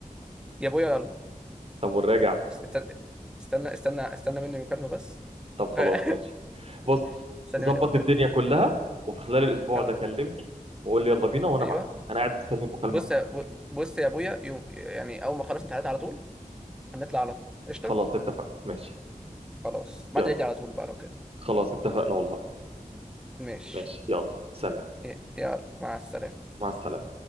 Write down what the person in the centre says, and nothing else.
يا أبويا يلا
استنى استنى استنى, استنى مني مكالمة بس
<laughs>
استنى
مني مكالمة
أه
أيوه
بص
يا ب- بص يا أبويا يوم يعني أول ما أخلص امتحانات على طول هنطلع على طول قشطة
خلاص بعد
العيد على طول بقى لو كده
ماشي
ي- يلا مع السلامة